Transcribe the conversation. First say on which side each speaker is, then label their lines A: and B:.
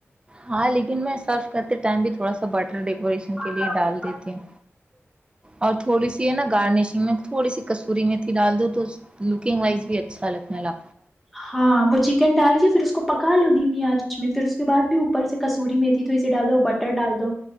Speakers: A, on the right; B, in the centre.
A: ہاں لیکن میں سرف کرتے ٹائم بھی تھوڑا سا بٹر ڈیکوریشن کے
B: ڈالنا
A: لیے ڈال دیتی ہوں اور تھوڑی سی ہے نا گارنشنگ میں تھوڑی سی کسوری میں تھی ڈال دو تو لکنگ وائز بھی اچھا لگنے ل
B: ہاں وہ چ چکن ڈال کے پھر اس کو پکا لو دم آچ میں پھر اس کے بعد بھی اوپر سے کسوری میں تھی تو اسے ڈال دو بٹر ڈال دو